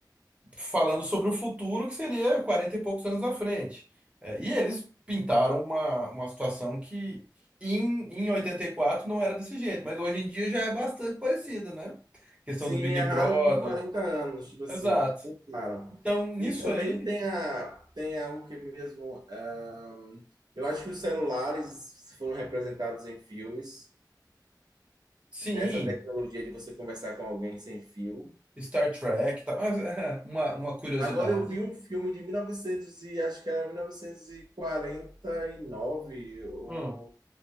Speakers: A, on the right (about 15°); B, on the right (about 65°).
A: falando sobre o futuro que seria 40 e poucos anos na frente. É, e eles pintaram uma, uma situação que em, em 84 não era desse jeito, mas hoje em dia já é bastante parecida, né? Questão
B: Sim,
A: do Big
B: é
A: Brother.
B: raro por 40 anos, tipo assim,
A: Exato.
B: bem claro.
A: Então, nisso
B: E também
A: aí,
B: tem a, tem a, o que mesmo, ahn, eu acho que os celulares foram representados em filmes,
A: sim,
B: né? Essa tecnologia de você conversar com alguém sem fio.
A: Star Trek, tá. <laughs> Uma, uma curiosidade.
B: Agora eu vi um filme de 1900 e novecentos e acho que era mil novecentos e e quarenta e nove o-
A: Hum,